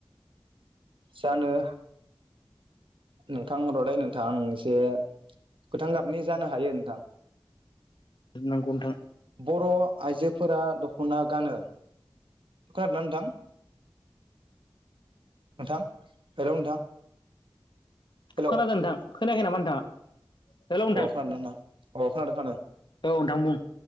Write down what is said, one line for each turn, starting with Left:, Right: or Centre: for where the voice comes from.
Right: जानो हा नोंथां रदै नोंथां एसे गोथां गाबनि जानो हायो नोंथां
Left: नंगौ नोंथां
Right: बर' आइजोफोरा दख'ना गानो खोनादों ना नोंथां नोंथां हेलौ नोंथां हेलौ
Left: खोनादों नोंथां खोनायाखै नामा नोंथाङा हेलौ नोंथां
Right: अ खोदोंना नोंथा अ खानादों खोनादों
Left: औ नोंथां बुं